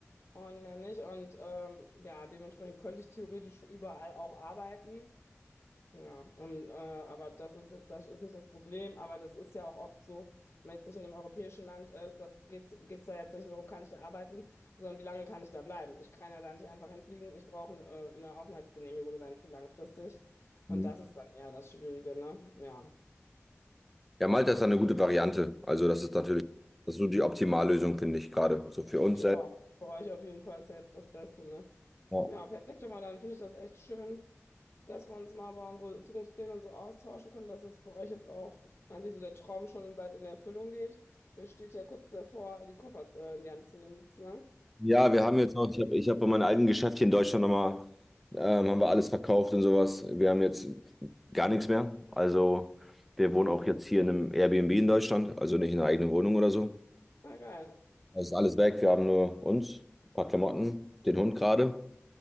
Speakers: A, on the left (about 60°); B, in the centre.
A: und mehr nicht. Und ähm, ja, dementsprechend könnte ich theoretisch überall auch arbeiten. Ja, ähm, äh, aber das ist jetzt, das ist nicht das Problem, aber das ist ja auch oft so, wenn man jetzt nicht in einem europäischen Land ist, das geht geht's da jetzt nicht nur darum, kann ich da arbeiten, sondern wie lange kann ich da bleiben? Ich kann ja da nicht einfach hinfliegen, ich brauche äh, eine Aufenthaltsgenehmigung dann für langfristig. Und
B: Mhm.
A: das ist dann eher das Schwierige, ne? Ja.
B: ja, Malta ist da eine gute Variante. Also, das ist natürlich, das ist so die Optimallösung, finde ich gerade, so für uns
A: Ich
B: selbst.
A: auch. Für euch auf jeden Fall safe das Beste, ne?
B: Ja,
A: Ja, perfekt. Aber dann finde ich das echt schön, dass wir uns mal über unsere Zukunftspläne und so austauschen können, dass das bei euch jetzt auch eigentlich so der Traum schon in- bald in Erfüllung geht. Ihr steht ja kurz davor, die Koffer äh, in die Hand zu nehmen, sozusagen.
B: Ja, wir haben jetzt noch, ich habe ich hab bei meinem alten Geschäft hier in Deutschland nochmal, ähm, haben wir alles verkauft und sowas. Wir haben jetzt gar nichts mehr. Also, wir wohnen auch jetzt hier in einem Airbnb in Deutschland, also nicht in einer eigenen Wohnung oder so.
A: Na geil.
B: Es ist alles weg. Wir haben nur uns, ein paar Klamotten, den Hund gerade.